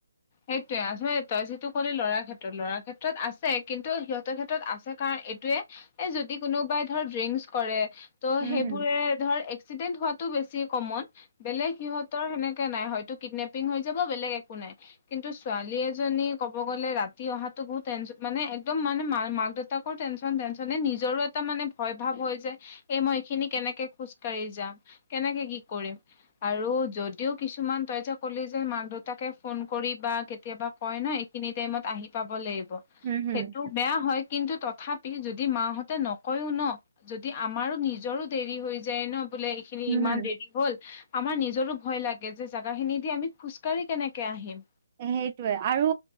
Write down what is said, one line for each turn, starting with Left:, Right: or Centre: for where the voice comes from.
Left: সেইটোৱে আছয়ে তই যিটো কলি ল'ৰাৰ ক্ষেত্ৰত ল'ৰাৰ ক্ষেত্ৰত আছে কিন্তু সিহঁতৰ ক্ষেত্ৰত আছে কাৰণ এইটোৱে এ যদি কোনোবাই ধৰ ড্ৰিংকচ কৰে ত'
Right: হম
Left: সেইবোৰে
Right: হম
Left: ধৰ এক্সিডেন্ট হোৱাতো বেছি কমন বেলেগ সিহঁতৰ সেনেকে নাই হয়তো কিডনেপিং হৈ যাব বেলেগ একো নাই। কিন্তু ছোৱালী এজনী ক'ব গ'লে ৰাতি অহাতো বহুত টেনচন মানে একদম মানে মা মাক দেউ- তাকৰ টেনচন টেনচনে নিজৰো এটা মানে ভয় ভাৱ হয় যে এই মই এইখিনি কেনেকে খোজ কাঢ়ি যাম কেনেকে কি কৰিম আৰু যদিও কিছুমান তই যে কলি যে মাক দেউতাকে ফোন কৰি বা কেতিয়াবা কয় ন এইখিনি টাইমত আহি পাব লাগিব
Right: হম হম হম
Left: সেইটো বেয়া হয় কিন্তু তথাপি যদি মাহঁতে নকয়ও ন যদি আমাৰো নিজৰো দেৰি হৈ যায় ন বোলে, খিনি ইমান
Right: হম
Left: দেৰি হ'ল আমাৰ নিজৰো ভয় লাগে যে জাগা খিনি দি আমি খোজকাঢ়ি কেনেকে আহিম
Right: সেইটোৱে আৰু